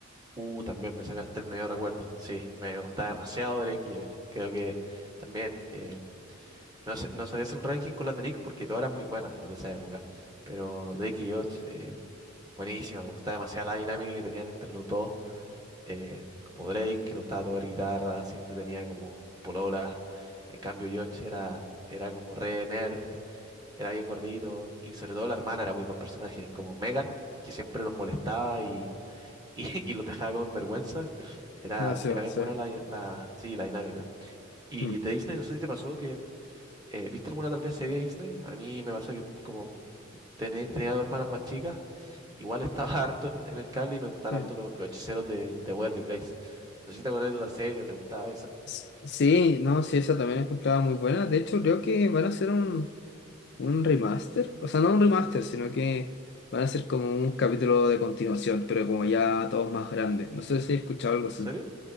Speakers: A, on the right; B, on the left.
A: Uh, también me sacaste el medio recuerdo. Sí, me gustaba demasiado Drake y Josh. Creo que también. eh, No, sé- no sabía hacer un ranking con las de Nick porque todas eran muy buenas, las de esa época. Pero Drake y Josh, eh, buenísima. Me gustaba demasiado la dinámica que tenían entre los dos. Eh, como Drake, que le gustaba tocar guitarra, siempre tenía como pololas. En cambio, Josh era, era como re nerd, era bien gordito. Y sobre todo la hermana era muy buen personaje, como Megan, que siempre los molestaba y, y, <laughs> y los dejaba como en vergüenza. Era,
B: Ah, sí,
A: era bien
B: sí.
A: buena la, la, sí, la dinámica. Y
B: Mm.
A: de Disney, no sé si te pasó que eh, ¿viste alguna tal vez serie de Disney? A mí me pasó que como tené- tenía dos hermanas más chicas, igual estaba <laughs> harto en, en el cable y me gustaban
B: Eh,
A: harto lo- los, hechiceros de, de Waverly Place. No sé si te acuerdas de otra serie o te gustaba esa.
B: s- Sí, no, sí, esa también la encontraba muy buena. De hecho, creo que van a hacer un, Un remaster, o sea, no un remaster, sino que van a ser como un capítulo de continuación, pero como ya todos más grandes. No sé si he escuchado algo así.
A: ¿En serio?